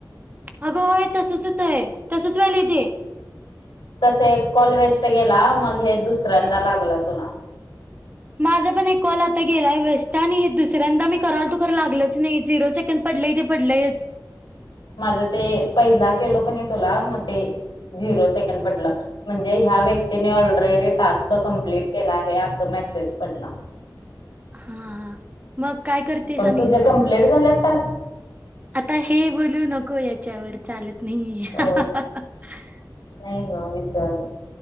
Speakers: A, on the right; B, on the left.
A: अगं होय तसच होतय तसच व्हायलय तेे.
B: तस एक कॉल वेस्ट गेला मग हे दुसऱ्यांदा लागला तुला.
A: माझा पण एक कॉल आता गेलाय वेस्ट आणि हे दुसऱ्यांदा मी करालतो खर लागलंच नाही झिरो सेकंड पडलं पडलंयच.
B: माझं ते पहिला केलो कने तुला म ते झिरो सेकंड पडलं म्हणजे ह्या व्यक्तीने ऑलरेडी टास्क कंप्लीट केला आहे असं मेसेज पडला.
A: हा, मग काय करतेस
B: पण
A: आणि?
B: तुझे कम्प्लीट झाले टास्क
A: आता हे बोलू नको, याच्यावर चालत नाहीये.
B: अ
A: <unintelligible>
B: नाही ग विचार